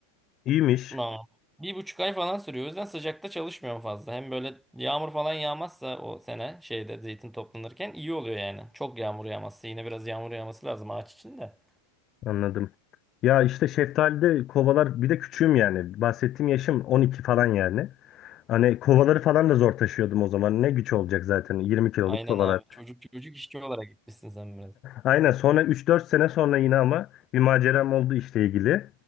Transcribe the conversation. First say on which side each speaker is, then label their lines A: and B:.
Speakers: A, on the left; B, in the centre.
A: iyiymiş.
B: Tamam. Bir buçuk ay falan sürüyor. O yüzden sıcakta çalışmıyorum fazla. Hem böyle yağmur falan yağmazsa o sene şeyde zeytin toplanırken iyi oluyor yani. Çok yağmur yağmazsa yine biraz yağmur yağması lazım ağaç için de.
A: Anladım. Ya işte şeftalide kovalar bir de küçüğüm yani. Bahsettiğim yaşım 12 falan yani. Hani kovaları falan da zor taşıyordum o zaman. Ne güç olacak zaten 20 kiloluk
B: Aynen
A: kovalar.
B: abi. Çocuk çocuk işçi olarak gitmişsin sen biraz.
A: Aynen sonra üç dört sene sonra yine ama bir maceram oldu işle ilgili.